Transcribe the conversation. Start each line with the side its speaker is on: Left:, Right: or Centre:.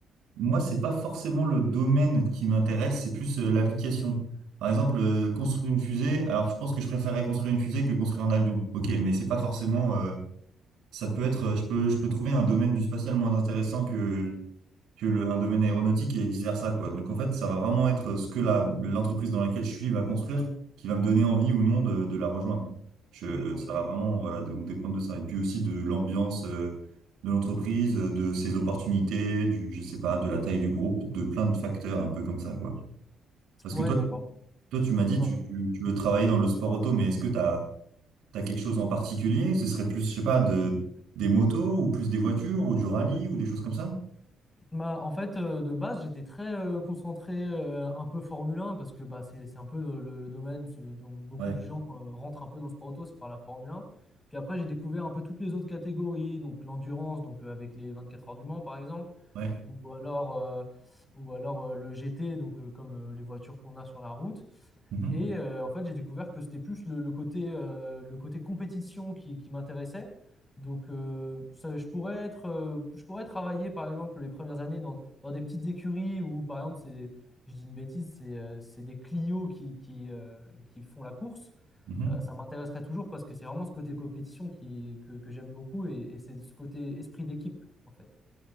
Right: Moi, c'est pas forcément le domaine qui m'intéresse, c'est plus euh, l'application. Par exemple, euh, construire une fusée. Alors, je pense que je préférerais construire une fusée que construire un avion. Ok, mais c'est pas forcément. euh, ça peut être. euh, je peux, je peux trouver un domaine du spatial moins intéressant que que le, un domaine aéronautique et vice-versa, quoi. Donc en fait, ça va vraiment être ce que la, l'entreprise dans laquelle je suis va construire qui va me donner envie ou non de, de la rejoindre. Je,
Left: Ouais. Hmm, ok.
Right: ça va vraiment voilà, donc dépendre de ça. Et puis aussi de l'ambiance euh, de l'entreprise, euh, de ses opportunités, du, je sais pas, de la taille du groupe, de plein de facteurs un peu comme ça, quoi. Parce
Left: Ouais,
Right: que toi, toi tu m'as
Left: d'accord.
Right: dit, tu, tu, tu veux travailler dans le sport auto, mais est-ce que tu as, quelque chose en particulier? Ce serait plus, je sais pas, de, des motos ou plus des voitures ou du rallye ou des choses comme ça?
Left: Bah, en fait, euh, de base, j'étais très euh, concentré euh, un peu Formule 1 parce que bah, c'est c'est un peu le, le- le domaine ce- dont beaucoup
Right: Ouais.
Left: de gens euh, rentrent un peu dans le sport auto, c'est par la Formule 1. Puis après, j'ai découvert un peu toutes les autres catégories, donc l'endurance, donc euh, avec les 24 heures du Mans par exemple,
Right: Ouais.
Left: ou alors, euh, ou alors euh, le GT, donc euh, comme euh, les voitures qu'on a sur la route.
Right: Mhm.
Left: Et euh, en fait, j'ai découvert que c'était plus le, le côté, euh, le côté compétition qui, qui m'intéressait. Donc, euh, ça, je pourrais être, euh, je pourrais travailler, par exemple, les premières années dans, dans des petites écuries où, par exemple, c'est, je dis une bêtise, c'est euh, c'est des Clio qui, qui, euh, qui font la course.
Right: Mhm.
Left: Euh, ça m'intéresserait toujours parce que c'est vraiment ce côté compétition qui, que, que j'aime beaucoup et, et c'est ce côté esprit d'équipe, en fait.